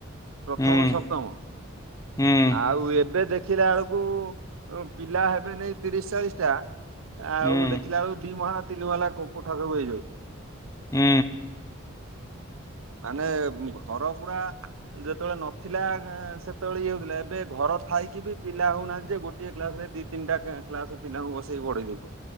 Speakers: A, on the right; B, on the left.
A: ପ୍ରଥମ
B: ହୁଁ ହୁଁ
A: ରୁ ସପ୍ତମ।
B: ହୁଁ ହୁଁ
A: ଆଉ ଏବେ ଦେଖିଲା ଆଳକୁ ପିଲା ହେବେନେଇ ତିରିଶ ଚାଳିଶ ଟା। ଆଉ
B: ହୁଁ।
A: ଦେଖିଲା ବେଳକୁ ଦି ମହଲା ତିନି ମହଲା କୋଠା ସବୁ ହେଇଯାଇଛି।
B: ହୁଁ।
A: ମାନେ ଘର ପୁରା ଯେ ଯେତେବେଳେ ନଥିଲା ସେତେବେଳେ ଇଏ ହୋଉଥିଲା ଏବେ ଘର ଥାଇକି ବି ପିଲା ହୋଉନାହାନ୍ତି ଯେ ଗୋଟିଏ କ୍ଲାସ୍ ରେ ଦି ତି ତିନିଟା କ୍ଲାସ୍ ପିଲାଙ୍କୁ ବସେଇକି ପଢ଼େଇ ଦୋଉଛନ୍ତି